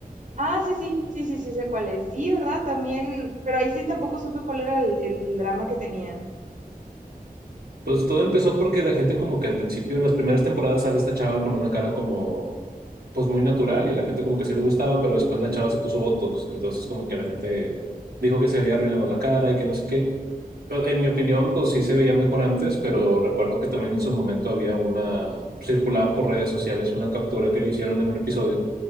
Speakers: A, on the right; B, on the right.
A: Ah, sí, sí, sí, sí, sí, sé cuál es. Sí, ¿verdad? También, pero ahí sí tampoco supe cuál era el, el drama que tenían.
B: Pues todo empezó porque la gente como que al principio, en las primeras temporadas, sale esta chava con una cara como pues muy natural y la gente como que sí le gustaba, pero después la chava se puso Botox, entonces como que la gente dijo que se había arruinado la cara y que no sé qué. Pero, En mi opinión, pues sí se veía mejor antes, pero recuerdo que también en su momento había una, circulada por redes sociales una captura que le hicieron en un episodio